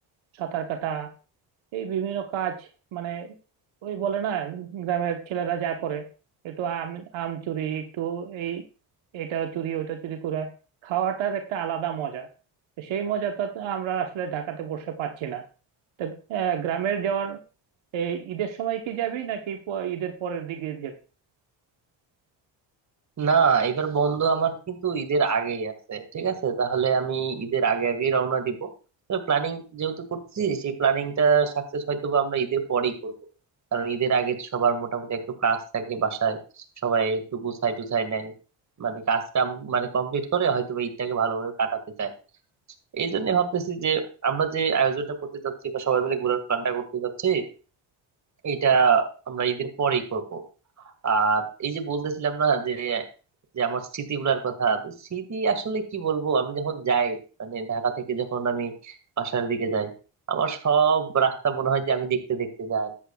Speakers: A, on the right; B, on the right.
A: সাঁতার কাটা এই বিভিন্ন কাজ মানে ওই বলে না গ্রামের ছেলেরা যা করে একটু আম আম চুরি একটু এই এটা চুরি ওইটা চুরি করে খাওয়াটার একটা আলাদা মজা তো সেই মজাটা তো আমরা আসলে ঢাকাতে বসে পাচ্ছি না তো আহ, গ্রামের যাওয়ার এই ঈদের সময় কি যাবি নাকি প- ঈদের পরের দিকে যাবি
B: না এবার বন্ধ আমার কিন্তু ঈদের আগেই আছে ঠিক আছে তাহলে আমি ঈদের আগে আগেই রওনা দিব প্ল্যানিং যেহেতু করতেছি সেই প্ল্যানিংটা সাকসেস হয়তো বা আমরা ঈদের পরেই করব কারণ ঈদের আগে তো সবার মোটামুটি একটু কাজ থাকে বাসায় সবাই একটু গুছাই টুছাই নেয় মানে কাজ কাম মানে কমপ্লিট করে হয়তো বা ঈদটাকে ভালোভাবে কাটাতে চায় এই জন্য ভাবতেছি যে আমরা যে আয়োজনটা করতে চাচ্ছি বা সবাই মিলে ঘোরার প্ল্যানটা করতে চাচ্ছি এটা আমরা ঈদের পরেই করব আর এই যে বলতেছিলাম না যে যে আমার স্মৃতিগুলার কথা তো স্মৃতি আসলে কি বলবো আমি যখন যাই মানে ঢাকা থেকে যখন আমি বাসার দিকে যাই আমার সব রাস্তা মনে হয় যে আমি দেখতে দেখতে যাই